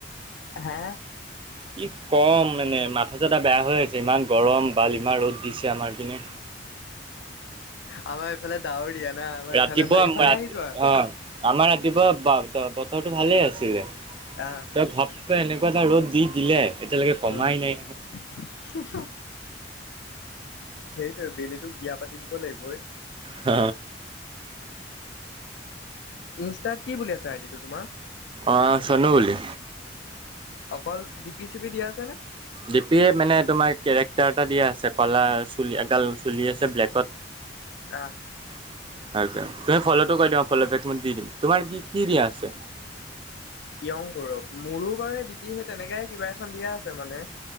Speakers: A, on the left (about 65°); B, on the right (about 30°).
A: হা
B: কি কম মানে মাথাটো এটা বেয়া হৈ আছে ইমান গৰম বাল ইমান ৰ'দ দিছে আমাৰ পিনে
A: আমাৰ এইফালে ডাৱৰীয়া না আমাৰ এইফালে
B: ৰাতিপুৱা
A: ভাল, এইফালে
B: পোৱা
A: আহি যোৱা।
B: অ, আমাৰ ৰাতিপুৱা ৰটো ভালে আছিলে
A: আহ,
B: তই ভপকৈ এনেকুৱা এটা ৰ'দ দি দিলে এতিয়ালৈকে কমাই
A: অহ',
B: নাই
A: সেইটো বেলিতোক বিয়া পাতি দিব লাগিবই
B: হ
A: ইনষ্টাত কি বুলি আছে আইডটো তোমাৰ
B: অ চনু বুলি
A: অকল ডি পি চি পি দিয়া আছে নে?
B: ডিপিয়ে মানে তোমাৰ কেৰেক্টাৰ এটা দিয়া আছে কলা চুলি এগাল চুলি আছে ব্লেকত
A: আহ
B: <inaudible> তুমি ফ'ল'টো কৈ দিয়া ফল' বেক ম দি দিম তোমাৰ কি কি দিয়া আছে?
A: য়ং গৌৰৱ, মোৰো বাৰু দীপি সেই তেনেকাই কিবা এখন দিয়া আছে মানে